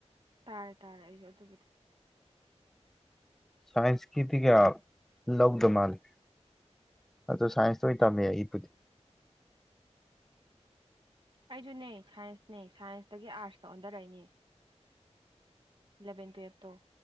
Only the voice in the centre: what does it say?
ꯁꯥꯏ꯭ꯟꯁ ꯀꯤꯗꯤ ꯒꯌꯥ ꯂꯧꯗ ꯃꯥꯜꯂꯦ ꯑꯗ ꯇ ꯁꯥꯏꯟꯁꯇ ꯑꯣꯏꯟ ꯇꯝꯃꯦ
ꯑꯩꯕꯨꯨꯗꯤ